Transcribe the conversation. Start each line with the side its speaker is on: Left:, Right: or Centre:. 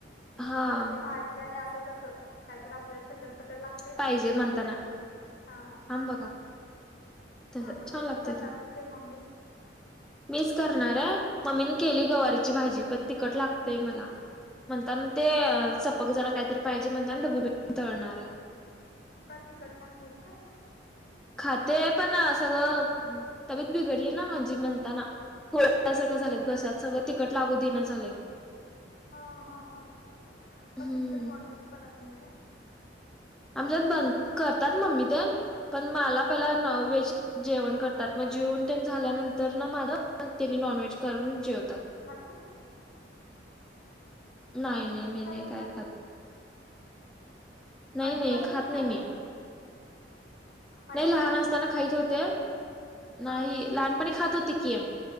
Centre: हा
Left: म्हणजे भाजी आणि असंच असं काहीत आपल्याला चटरपटर लागत ते
Centre: पाहिजे
Left: नास
Centre: म्हणताना
Left: हा
Centre: थांब बघा तस
Left: हा मग
Centre: छान
Left: ते
Centre: लागत
Left: तू करणार आहेस काय मम्मी?
Centre: मीच करणार आहे मम्मीने केली गवारीची भाजी पण तिकट लागतेय मला. म्हणताना ते
Left: हा
Centre: सपक जरा काहीतरी पाहिजे म्हणताना ढभुमिरची तळणार आहे.
Left: का तिकट खात नाहीस काय?
Centre: खाते पण सगळं तबेत बिघडली ना माझी म्हणताना. ख्यासारखं
Left: हा
Centre: झाले घसत सगळं तिकट लागू देणं झालं
Left: हा हा हा
Centre: हम्म
Left: मग तुमच्यात मॉनवेज बनत नाही का
Centre: आमच्यात बन करतात मम्मी ते पण मला
Left: हं,
Centre: पहिला न व्हेज जेवण करतात मग जेवण झाल्यानंतर ना माझं त्यांनी नॉन व्हेज करून जेवतात
Left: खातू
Centre: नाही नाही मी
Left: का
Centre: नाही
Left: तू
Centre: काय
Left: खातेस
Centre: खात नाही
Left: आधीपासूनच
Centre: नाही खात नाही
Left: काय आता
Centre: मी
Left: सोडलं आधीपासूनच
Centre: नाही लहान असताना
Left: आहे
Centre: खाईत होते नाही
Left: हा
Centre: लहानपणी खात होती